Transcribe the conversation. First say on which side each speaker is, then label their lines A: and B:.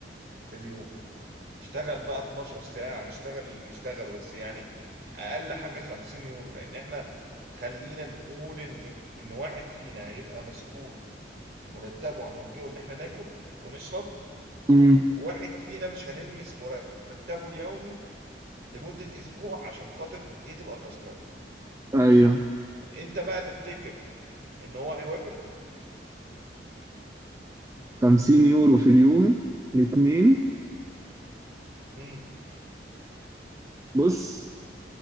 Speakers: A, on the right; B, on the right.
A: في اليوم اشتغل بقى 12 ساعة نشتغل اللي نشتغل بس يعني اقل حاجة 50 يورو لان احنا خلينا نقول ان ان واحد فينا هيبقى مسؤول مرتبه هنوجهه ان احنا ناكل ونشرب
B: مم.
A: وواحد فينا مش هنلمس مرتبه اليومي لمدة اسبوع عشان خاطر دي تبقى التذكرة
B: ايوه
A: انت بقى تفتكر ان هو هيوافق
B: 50 يورو في اليوم الاثنين
A: امم
B: بص